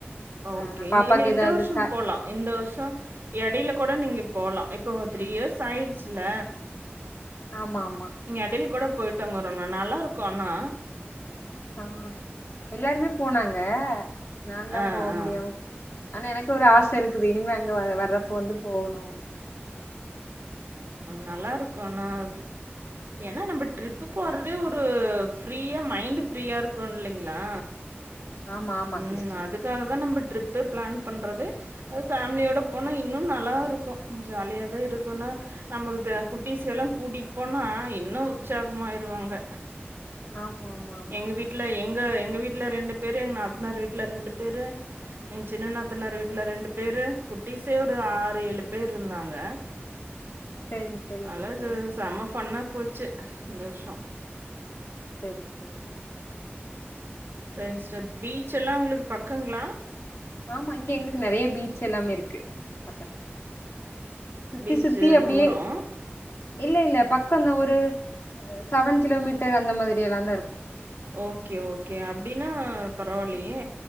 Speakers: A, on the left; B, on the right.
A: வேணா
B: ஓகே
A: பாப்பாக்கு
B: இல்ல இந்த
A: ஏதாவது
B: வருஷோ
A: ச
B: போலா இந்த வருஷோ இடையில கூட நீங்க போலா இப்ப த்ரீ இயர்ஸ் ஆயிருச்சல
A: ஆமா ஆமா
B: நீங்க இடைல கூட போயிட்டோங்கறோம்ண்ணா நல்லா இருக்கு ஆனா
A: ஆ எல்லாருமே போனாங்க நா தா
B: ஆ,
A: போக
B: ஆ.
A: முடியாம போச்சு ஆனா எனக்கு ஒரு ஆச இருக்குது இனிமே அங்க வ வர்றப் போது போணு
B: நல்லா இருக்கு ஆனா ஏன்னா நம்ம ட்ரிப் போறதே ஒரு ஃப்ரீயா மைண்ட் ஃப்ரீயா இருக்கு இல்லைங்களா
A: ஆமா ஆமா
B: உம்
A: சிஸ்டர்
B: அதுக்காக தா நம்ம ட்ரிப்பே பிளான் பண்றது அது ஃபேமிலியோட போனா இன்னு நல்லா இருக்கு ஜாலியா தா இருக்கும்ன்னா நமக்கு குட்டி எல்லா கூட்டிட்டு போனா இன்னு உற்சாகமாயிருவாங்க
A: ஆமா ஆமா ஆமா
B: எங்க வீட்ல எங்க எங்க வீட்டுல ரெண்டு பேரு எங்க நாத்தனார் வீட்டல ரெண்டு பேரு எங் சின்ன நாத்தனார் வீட்டுல ரெண்டு பேரு குட்டிஸே ஒரு ஆறு ஏழு பேர் இருந்தாங்க
A: சரிங்க சரிங்க
B: அலது
A: சிஸ்டர்
B: செம ஃபண்ணா போச்சு இந்த வருஷோ
A: சரி சரி
B: சரிங்க சிஸ்டர் பீச் எல்லா உங்களுக்கு பக்கங்களா
A: ஆமா இங்க எங்களுக்கு நெறைய பீச் எல்லாமே இருக்கு பக்கத்துல சுத்தி
B: பீச்சு
A: சுத்தி அப்டியே
B: தூரம்
A: இல்ல இல்ல பக்கம்தா ஒரு செவன் கிலோமீட்டர் அந்த மாதிரி எல்லாந்தா இருக்கும்
B: ஓகே ஓகே அப்டின்னா பரவால்லியே